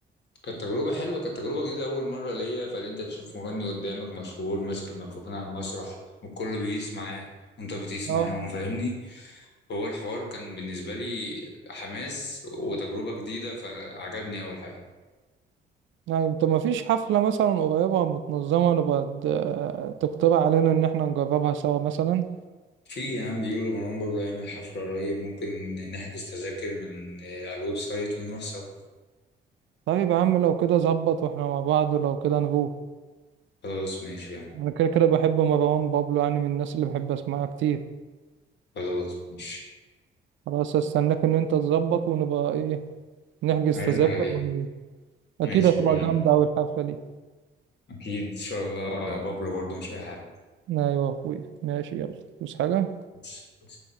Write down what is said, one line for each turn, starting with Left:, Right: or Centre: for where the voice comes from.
Left: كانت تجربة حلوة كانت تجربة جديدة أول مرة ليا فإن أنت تشوف مغني قدامك مشهور ماسك الميكروفون على المسرح والكل بيقيس معاه وأنت بتقيس
Right: اه
Left: معاهم فاهمني فهو الحوار كان بالنسبة لي حماس وتجربة جديدة فعجبني أول حاجة
Right: يعني انت ما فيش حفلة مثلا قريبة متنظمة نبقى ت- تقترح علينا ان احنا نجربها سوا مثلا
Left: في يعني بيقولوا مروان بابلو هيعمل حفلة قريب ممكن نحجز تذاكر من على الويب سايت ونروح سوا
Right: طيب يا عم لو كده ظبط واحنا مع بعض ولو كده نروح
Left: خلاص ماشي يعني
Right: انا كده كده بحب مروان بابلو يعني من الناس اللي بحب اسمعها كتير
Left: خلاص ماشي
Right: خلاص استناك ان انت تظبط ونبقى ايه نحجز
Left: هرن
Right: تذاكر
Left: عليك
Right: ون... اكيد
Left: ماشي
Right: هتبقى
Left: هرن
Right: جامدة
Left: عليك
Right: اوي الحفلة دي
Left: أكيد إن شاء الله ده بابلو برضه مش أي
Right: ايوه يا اخويا ماشي يلا بس حاجة
Left: حد